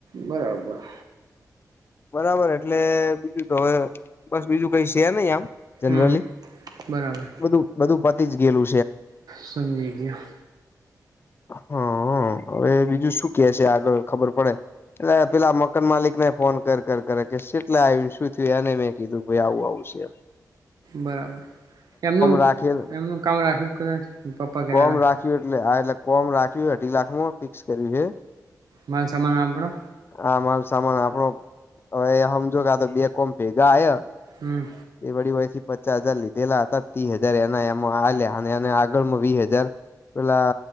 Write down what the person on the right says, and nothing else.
બરાબર. <unintelligible>
હમ હમ બરાબર
સમજી ગયો.
બરાબર. એમનું
એમનું કામ રાખ્યું કદાચ, પપ્પા કેતા
તા.
માલ સામાન આપણો
હમ